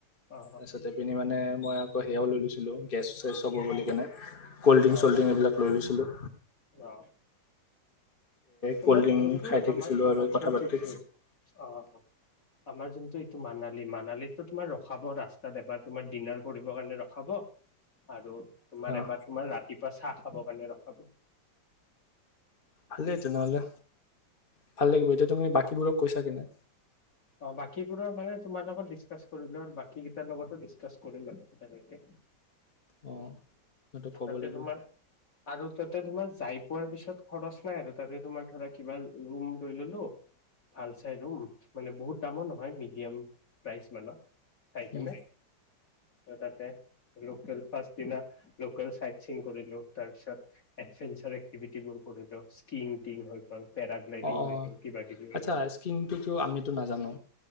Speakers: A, on the left; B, on the left.
A: অ
B: তাৰপিছতে পিনি মানে। মই আকৌ সেয়াও লৈ লৈছিলোঁ গেছ চেছ চব বুলি কেনে। কলড্ৰিংক
A: অ
B: চল্ড্ৰিং এইবিলাক লৈ লৈছিলোঁ?
A: অ তোমাৰ
B: ক'ল্ড ড্ৰিংক
A: যোনটো
B: খাই থাকিছিলোঁ
A: আমাৰ হিমাচল
B: আৰু কথা পাতি
A: ট্ৰিপটোৱে, অ। আমাৰ জোন টো এইটো মানালী মানালিতো তোমাৰ ৰখাব ৰাস্তাত এবাৰ তোমাৰ ডিনাৰ কৰিবৰ কাৰণে ৰখাব আৰু তোমাৰ
B: অঁ
A: এবাৰ ৰাতিপুৱা চাহ খাব কাৰণে ৰখাব।
B: ভালেই তেনেহলে ভাল লাগিব এতিয়া তুমি বা কি বোৰক কৈছা কি নাই?
A: অ বাকীবোৰৰ মানে তোমাৰ লগত ডিচকাছ কৰিলো, আৰু বাকীকেইটাৰ লগতো ডিচকাছ কৰিম আৰু তেনেকে
B: অ সিহঁতক ক'ব
A: তাতে
B: লাগিব
A: তোমাৰ আৰু তাতে তোমাৰ যাই পোৱাৰ পিছত খৰচ নাই আৰু তাতে তোমাৰ ধৰা কিবা ৰুম লৈ ললো, ভাল চাই ৰুম মানে বহুত দামৰ নহয় সি। মিডিয়াম প্ৰাইজ মানে ন চাই কেনে।
B: উম।
A: তাতে লোকেল ফাষ্ট দিনা লোকেল চাইট চিং কৰিলো, তাৰপিছত এডভেঞ্চাৰ এক্টিভিটিবোৰ কৰিলো স্কিংটিং হৈ গল পেৰাগ্লাইডিং
B: অঁ অঁ
A: হৈ গল কিবা কিবি হৈ
B: আচ্ছা
A: গ'ল।
B: স্কিনটোতো আমিতো নাজানো